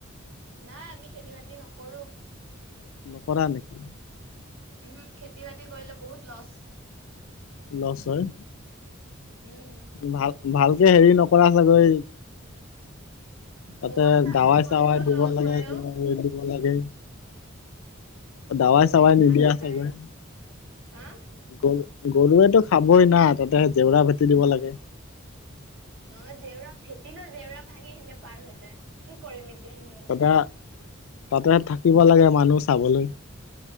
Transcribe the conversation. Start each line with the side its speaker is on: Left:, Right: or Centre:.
Right: নাই আমি খেতি বাতি নকৰো।
Left: নকৰা নেকি?
Right: উমহো, খেতি বাতি কৰিলে বহুত লছ।
Left: লচ হয়,
Right: উম
Left: ভাল-ভালকে হেৰি নকৰা চাগৈ তাতে
Right: যিমান ভালকে
Left: দাৱাই
Right: কৰিলেও
Left: চাৱাই দিব
Right: লছ
Left: লাগে
Right: হয় অ
Left: দিব লাগে। দাৱাই
Right: গৰুৱে
Left: চবাই
Right: ধান
Left: নিদিয়া
Right: খায়
Left: চাগৈ।
Right: হা
Left: গৰু-গৰুৱেতো খাবই না তাতে জেওৰা ভেটি দিব লাগে।
Right: অ জেউৰা ভেটিলো, জেউৰা ভাঙি সিহতে পাৰ হৈ যায় কি কৰিম এতিয়া সিহতৰ
Left: তাতে
Right: কাৰণে?
Left: তাতে থাকিব লাগে মানুহ চাবলৈ।